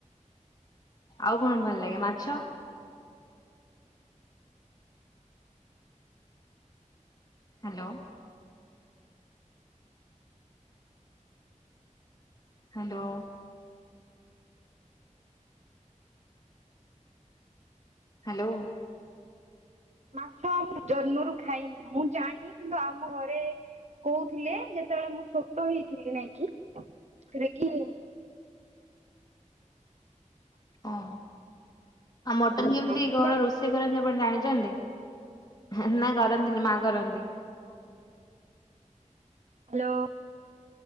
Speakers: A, on the left; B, on the right.
A: ଆଉ କଣ ଭଲ ଲାଗେ ମାଛ। ହ୍ୟାଲୋ। ହ୍ୟାଲୋ। ହ୍ୟାଲୋ।
B: ମାଛ ଜନ୍ମରୁ ଖାଇନି ମୁଁ ଜାଣିନି କିନ୍ତୁ ଆମ ଘରେ କହୁଥିଲେ ଯେତେବେଳେ ମୁଁ ଛୋଟ ହେଇଥିଲି ନାଇଁ କିି ସେରେ କି?
A: ଓହ ଆଉ ମଟନ
B: ହ୍ୟାଲୋ
A: କେମିତି କଣ ରୋଷେଇ କରନ୍ତି ଆପ ଆପଣ ଜାଣିଛନ୍ତି ନା କରନ୍ତିନି ମା କରନ୍ତି?
B: ହାଲୋ।